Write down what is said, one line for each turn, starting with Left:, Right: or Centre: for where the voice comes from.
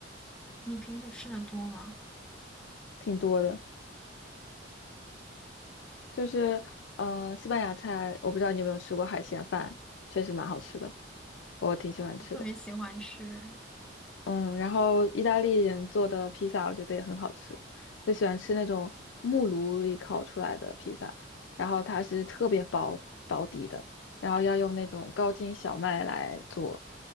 Centre: 你平时吃的多吗？
Left: 挺多的。就是，嗯、西班牙菜，我不知道你有没有吃过海鲜饭，确实蛮好吃的，我挺喜欢吃的。
Centre: <laughs> 特别喜欢吃。
Left: 嗯，然后意大利人做的披萨我觉得也很好吃，就喜欢吃那种木炉里烤出来的披萨，然后它是特别薄薄底的，然后要用那种高筋小麦来做，